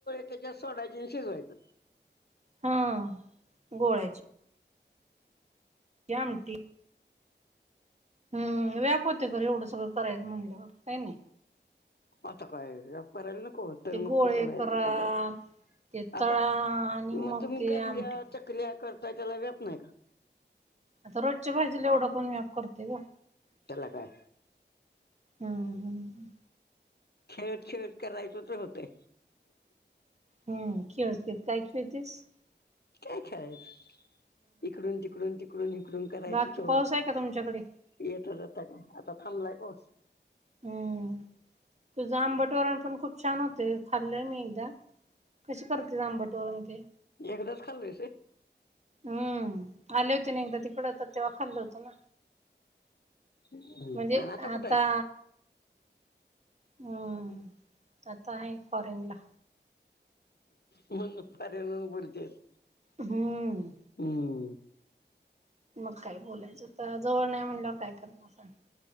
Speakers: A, on the left (about 60°); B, on the right (about 35°).
A: त्याच्या सोडा देऊन शिजवायच...
B: हा गोळ्याची.... ती आमटी... हम्म व्याप होते कर एवढं सगळं करायचं म्हणल्यावर कणी
A: आता काय व्याप करायला नको तर
B: ते
A: मग
B: गोळे
A: कसं व्हायचा
B: करा
A: पदार्थ...
B: ते
A: आता
B: तळा आणि
A: मग तुम्ही
B: ते
A: कारंजा
B: आमटी करा.
A: चकल्या कर... काय त्याला वव्याप नाही का..
B: आता रोजच्या भाजीला एवढं कोण व्याप करते ओ....
A: त्याला काय...
B: हम्म हम्म हम्...
A: खेळत -खेळत करायच मग होतय...
B: हम्म खेळत -खेळत काय खेळतीस...
A: काय खेळायचं इकडून तिकडून तिकडून इकडून करायचं
B: बाकी
A: तवर..
B: पाऊस आहे का तुमच्याकडे?
A: येतच आता काय आता थांबलाय पाऊस....
B: हम्म तुझं आंबट वरण पण खूप छान होतंय खाल्लंय मी एकदा, कशी करतेस, आंबट वरण ते
A: एकदाच खाल्ल्यस व्हय,
B: हम्म‌.. आले होते ना एकदा तिकड, तर तेव्हा खाल्ल होतं ना.
A: व्हय
B: म्हणजे
A: आणि
B: आता,
A: कुठं आहेस
B: हम्म आता आहे फॉरेन ला.
A: म्हणूनच फॉरेन वरण बोलतेस.
B: हम्म.
A: हम्म
B: मग काही बोलायचं आता, जवळ नाही म्हणल्यावर काय करणार सांग